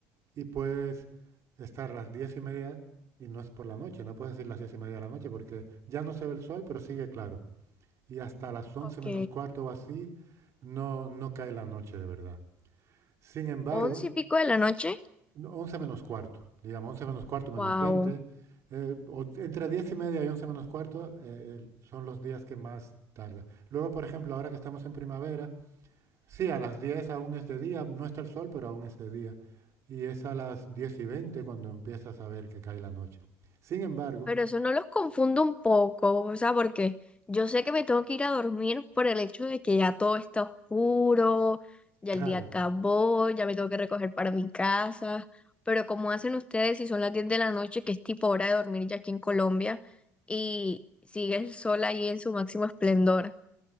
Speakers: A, on the right (about 50°); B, on the left (about 15°).
A: Y puedes estar a las 10 y media y no es por la noche, no puedes decir las 10 y media de la noche porque ya no se ve el sol, pero sigue claro. Y hasta las once
B: ok.
A: menos cuarto o así no, no cae la noche de verdad. Sin embargo,
B: Once y pico de la noche.
A: no, 11 menos cuarto, digamos, 11 menos cuarto menos
B: Wow.
A: 20 eh, o entre 10 y media y 11 menos cuarto eh, el- son los días que más tarda. Luego, por ejemplo, ahora que estamos en primavera, sí, a las 10 aún es de día, no está el sol, pero aún es de día. Y es a las 10 y 20 cuando empiezas a ver que cae la noche. Sin embargo,
B: Pero eso no los confundo un poco, o sea, porque yo sé que me tengo que ir a dormir por el hecho de que ya todo está oscuro, ya
A: claro,
B: el día acabó, ya me tengo que recoger para mi casa, pero cómo hacen ustedes si son las 10 de la noche, que es tipo hora de dormir ya aquí en Colombia, y sigue el sol ahí en su máximo esplendor?